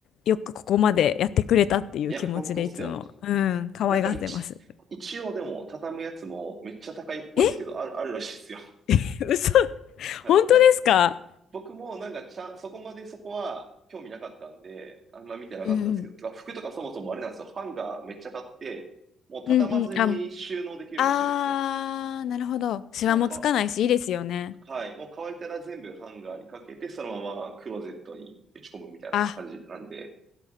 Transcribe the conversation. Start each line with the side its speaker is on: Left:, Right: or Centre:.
Left: よくここまでやってくれたっていう気持ちでいつも、
Right: いや、本当っすよ。
Left: うん、可愛がってます。
Right: なんか一、一応でも畳むやつもめっちゃ高いっぽいですけど、
Left: え
Right: ある、あるらしいっすよ。
Left: <laughs> 嘘
Right: はい。
Left: 本当ですか
Right: た、僕もなんかちゃん、そこまでそこは興味なかったんで、あんま見てなかったんですけど、
Left: うんうん。
Right: てか服とかそもそもあれなんですよ。ハンガーめっちゃ買って、もう畳まずに収納できるようにしてるんですよ。
Left: うんうん。あ、もう。あー、なるほど。シワもつかないし、
Right: もうか、
Left: いいですよね。
Right: はい。もう乾いたら全部ハンガーにかけて、そのままクローゼットにぶち込むみたいな感じなんで、
Left: あ